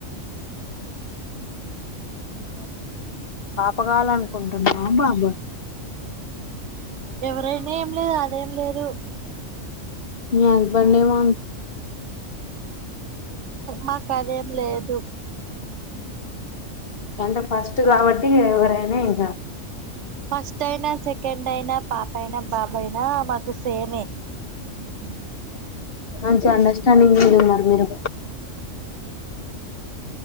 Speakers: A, on the right; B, on the left.
A: <unintelligible>
B: చెప్పల అనుకుంటున్నా <unintelligible>
A: ఎవరైనా ఏం లేదు అదేం లేదు
B: మీ హస్బెండ్ ఏమో
A: మాకు అదేం లేదు
B: అంటే ఫస్ట్ కాబట్టి ఎవరైనా ఇంకా
A: ఫస్ట్ అయినా సెకండ్ అయినా పాప అయినా బాబు అయినా మాకు సేమే <unintelligible>
B: మంచి అండర్స్టాండింగ్ మీద ఉన్నారు మీరు